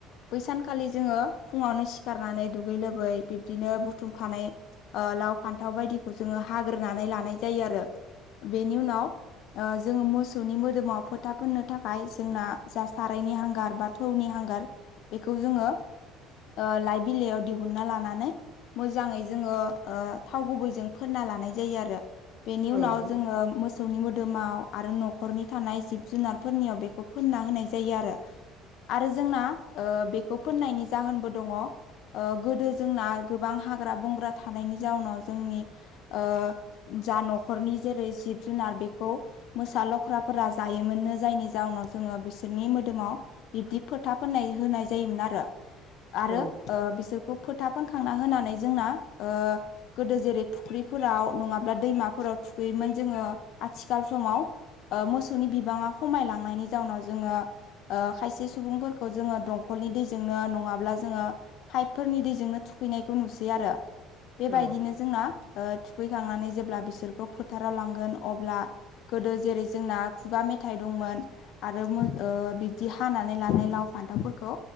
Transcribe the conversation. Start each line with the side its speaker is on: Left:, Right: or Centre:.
Left: बैसानखालि जोङो फुङावनो सिखारनानै दुगै लोबै बिब्दिनो बुथुमखानाय लाव फान्थाव बायदिखौ जोङो हाग्रोनानै लानाय जायो आरो। बेनि उनाव ओ-जोङो मोसौनि मोदोमाव फोथा फोननो थाखाय जोंना जा सारायनि हांगार बा थौनि हांगार। बेखौ जोङो ओ लाइ बिलाइयाव दिहुनना लानानै मोजाङै जोङो ओ थाव गुबैजों फोनना लानाय जायो आरो बेनि
Right: औ
Left: उनाव
Right: औ
Left: जोङो मोसौनि मोद दोमाव आरो न'खरनि थानाय जिब जुनारफोरनियाव बेखौ फोनना होनाय जायो आरो आरो जोंना ओ बेखौ फोननायनि जाहोनबो दङ ओ गोदो जोंना गोबां हाग्रा बंग्रा थानायनि जाउनाव जोंनि ओ जा न'खरनि जेरै जिब जुनार बे खौ मोसा लख्राफोरा जायोमोननो जायनि जाउनाव जोङो बिसोरनि मोदोमाव बिब्दि फोथा फोनाय होनाय जायोमोन आरो आरो
Right: औ
Left: ओ बिसोरखौ फोथा फोनखांना होनानै जोंना ओ- गोदो जेरै फुख्रिफोराव नङाब्ला दैमाफोराव थुखैयोमोन जोङो आथिखाल समाव ओ- मोसौनि बिबाङा खमायलांनायनि जाउनाव जोङो ओ- खायसे सुबुंफोरखौ जोङो दंखलनि दैजोंनो नङाब्ला जोङो पाइपफोरनि दैजोंनो थुखैनायखौ नुसै आरो। बेबायदिनो
Right: औ
Left: जोंना ओ-थुखैखांनानै जेब्ला बिसोरखौ फोथाराव लांगोन अब्ला गोदो जेरै जोंना खुगा मेथाइ दंमोन। आरो मो ओ-बिब्दि हानानै लानाय लाव फान्थावफोरखौ